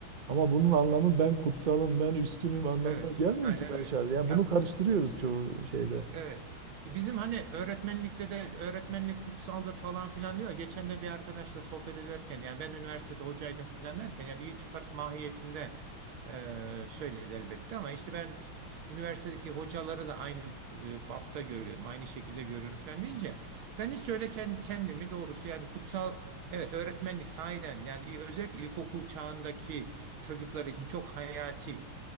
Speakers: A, on the right; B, on the right.
A: Ama bunun anlamı ben kutsalım ben üstünüm anlamına
B: Evet.
A: gelmiyor
B: Aynen
A: ki ben
B: öyle.
A: şahsen. Yani
B: Ya
A: bunu karıştırıyoruz çoğu şeyde.
B: Evet. Bizim hani öğretmenlikte de öğretmenlik kutsaldır falan filan diyor. Geçen de bir arkadaşla sohbet ederken yani ben üniversitede hocaydım filan derken yani bir iltifat mahiyetinde e, söyledi elbette ama işte ben üniversitedeki hocaları da aynı e, bapta görüyorum. Aynı şekilde görüyorum filan deyince ben hiç öyle kendi, kendimi doğrusu yani kutsal evet öğretmenlik sahiden yani özellikle ilkokul çağındaki çocuklar için çok hayati.